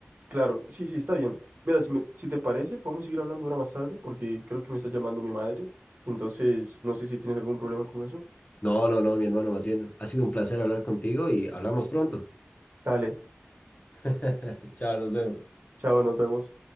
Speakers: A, on the right; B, on the left.
A: claro, sí, sí, está bien. Mira, si, me- si te parece, podemos seguir hablando ahora más tarde porque creo que me está llamando mi madre. Entonces, no sé si tienes algún problema con eso.
B: No, no, no, mi hermano, más bien, ha sido un placer hablar contigo y hablamos pronto.
A: Dale,
B: <laughs> Chao, nos vemos.
A: chao, nos vemos.